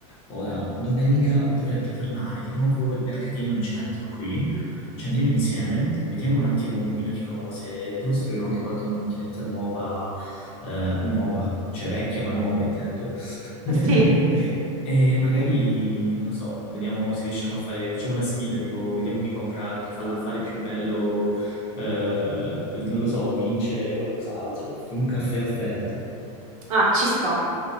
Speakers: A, on the left; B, on the right.
A: ora domenica dovrebbe tornare di nuovo il mercatino in centro qui, ci andiamo insieme, vediamo un attimo un pochino di cose, vediamo se troviamo anche qualche macchinetta nuova, eh, nuova, cioè vecchia ma nuova intendo. <laughs>
B: Sì,
A: E magari, non lo so, vediamo se riusciamo a fare, facciamo una sfida, tipo, vediamo chi compra, chi fa l'affare più bello eh, non lo so, vince qualcos'altro, un caffè offerto,
B: ah, ci sto.